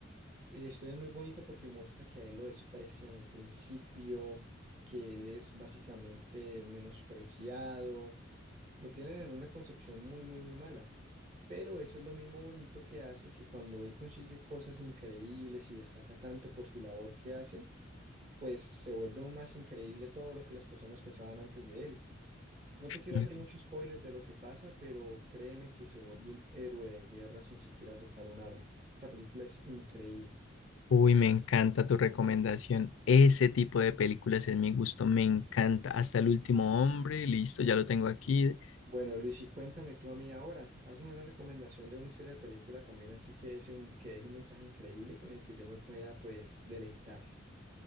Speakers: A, on the right; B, on the left.
A: Y La historia es muy bonita porque muestra que a él lo desprecian al principio, que él es básicamente menospreciado. Lo tienen en una concepción muy, muy, muy mala. Pero eso es lo mismo bonito que hace que cuando él consigue cosas increíbles y destaca tanto por su labor que hace, pues se vuelve aún más increíble todo lo que las personas pensaban antes de él. No te quiero
B: Mm.
A: hacer mucho spoiler de lo que pasa, pero créeme que se vuelve un héroe de guerra sin siquiera tocar un arma. Esa película es increíble.
B: Uy, me encanta tu recomendación. Ese tipo de películas es mi gusto, me encanta. Hasta el último hombre, listo, ya lo tengo aquí.
A: Bueno, Luis, y cuéntame tú a mí ahora, hazme una recomendación de un estilo de película también, así que deje un, que deje un mensaje increíble con el que yo me pueda, pues, deleitar.